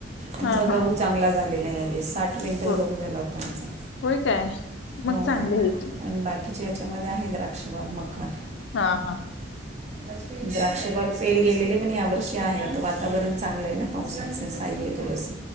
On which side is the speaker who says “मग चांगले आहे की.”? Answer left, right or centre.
Left